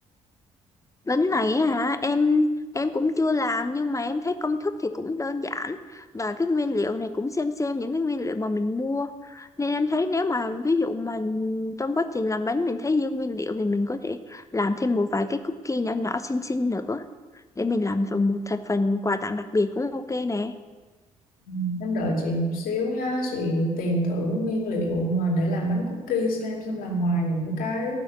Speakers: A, on the left (about 20°); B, on the left (about 60°).
A: Bánh này á hả em em cũng chưa làm nhưng mà em thấy công thức thì cũng đơn giản và cái nguyên liệu này cũng xem xem những cái nguyên liệu mà mình mua nên em thấy nếu mà ví dụ mà trong quá trình làm bánh mình thấy dư nguyên liệu thì mình có thể làm thêm một vài cái cookie nhỏ nhỏ xinh xinh nữa để mình làm thành một thành phần quà tặng đặc biệt cũng ok nè.
B: Ừ, Em đợi chị một xíu nhá. Chị tìm thử nguyên liệu mà để làm bánh cookie xem xem là ngoài những cái